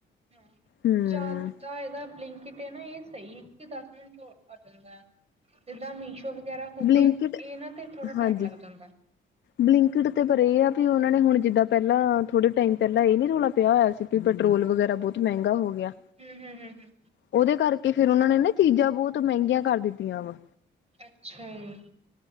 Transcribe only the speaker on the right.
ਹੂੰ
ਜ਼ਿਆਦਾ ਇਹਦਾ ਬਲਿਨਕਿੱਟ ਨਾ ਇਹ ਸਹੀ ਕਿਉਕਿ ਦਸ ਮਿੰਟ ਚ ਆ ਜਾਂਦਾ। ਜਿੱਦਾਂ ਮੀਸ਼ੋ ਵਗੈਰਾ ਹੋਗੇ
ਇਹਨਾਂ ਤੇ ਥੋੜਾ
ਟਾਈਮ ਲੱਗ ਜਾਂਦਾ।
ਹੂੰ ਹੂੰ ਹੂੰ
ਅੱਛਾ ਜੀ।